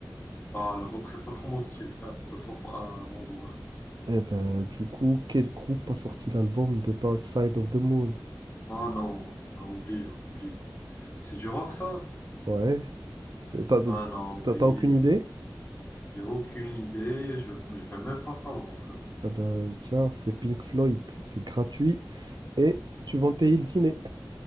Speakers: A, on the left (about 25°); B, on the right (about 70°).
A: Ah, le rock, c'est pas trop mon style, c'est un peu fort à mon goût. hein.
B: Eh ben, du coup, quel groupe a sorti l'album The Dark Side of the Moon?
A: Ah non, bah, oublie, oublie. C'est du rock, ça?
B: Ouais, t'as, t'as-
A: Ah non, oublie.
B: t'as aucune idée?
A: J'ai aucune idée, je, je vais même pas savoir, frère.
B: Eh ben, tiens, c'est Pink Floyd, c'est gratuit et tu vas me payer le dîner.